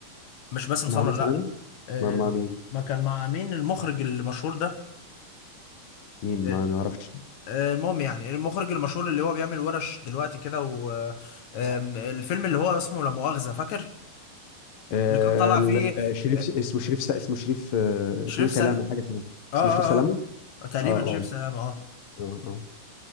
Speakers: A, on the left; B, on the left.
A: مش باسم
B: مع
A: سمره
B: مثلا
A: لا آه،
B: مع مع مين
A: ما كان مع مين المخرج المشهور ده
B: مين ما
A: آه،
B: ما اعرفش
A: آه، المهم يعني المخرج المشهور اللي هو بيعمل ورش دلوقتي كده والفيلم اللي هو اسمه لا مؤاخذة فاكر
B: آه
A: اللي كان طالع
B: ال-
A: فيه
B: آه، شريف
A: آه،
B: س- اسمه شريف س- اسمه شريف آه،
A: شريف
B: اسمه ايه
A: سلام
B: سلامه حاجه سلامه
A: اه اه
B: اسمه شريف سلامه
A: اه آه، تقريبا
B: اه اه
A: شريف سلام اه
B: اه اه